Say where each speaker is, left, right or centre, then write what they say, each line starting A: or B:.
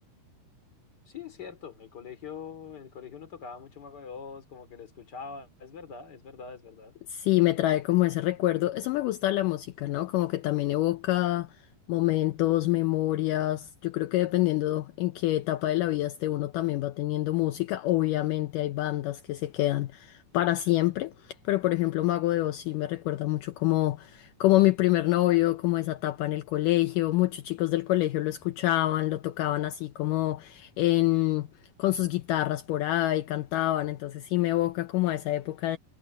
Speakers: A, on the left; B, on the left.
A: Sí, es cierto, el colegio, en el colegio uno tocaba mucho Mago de Oz, como que lo escuchaba, es verdad, es verdad, es verdad.
B: Sí, me trae como ese recuerdo. Eso me gusta de la música, ¿no? Como que también evoca momentos, memorias. Yo creo que dependiendo en qué etapa de la vida esté uno también va teniendo música. Obviamente hay bandas que se quedan para siempre, pero por ejemplo Mago de Oz sí me recuerda mucho como, como mi primer novio, como esa etapa en el colegio. Muchos chicos del colegio lo escuchaban, lo tocaban así como en, con sus guitarras por ahí, cantaban. Entonces sí me evoca como a esa época